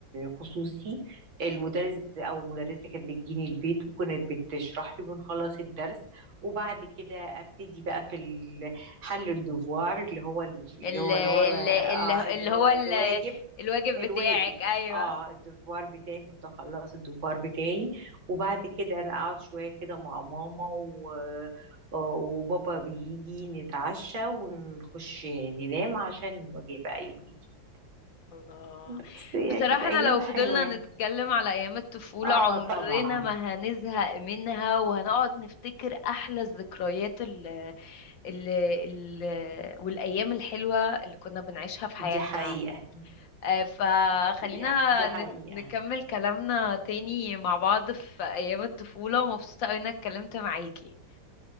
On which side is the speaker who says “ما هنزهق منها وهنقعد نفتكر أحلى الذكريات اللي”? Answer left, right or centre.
Left